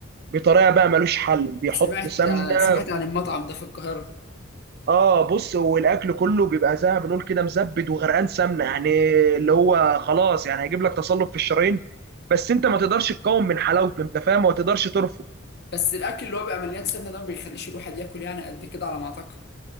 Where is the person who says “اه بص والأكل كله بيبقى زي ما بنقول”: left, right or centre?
Right